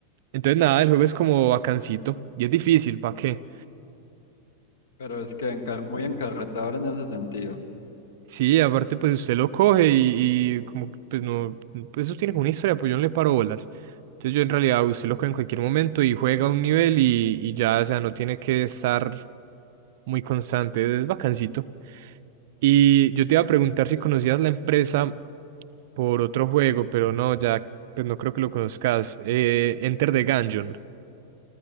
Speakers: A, on the right; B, on the left.
A: Entonces nada, el juego es como bacancito. Y es difícil, ¿para qué?
B: Pero es que encar- muy encarretador en ese sentido.
A: Sí, aparte pues usted lo coge y, y como que, pues no, pues eso tiene como una historia, pues yo no le paro bolas. Entonces yo en realidad usted lo coge en cualquier momento y juega un nivel y, y ya, o sea, no tiene que estar muy constante, es bacancito. Y yo te iba a preguntar si conocías la empresa por otro juego, pero no, ya, pues no creo que lo conozcas. Eh, Enter the Gungeon.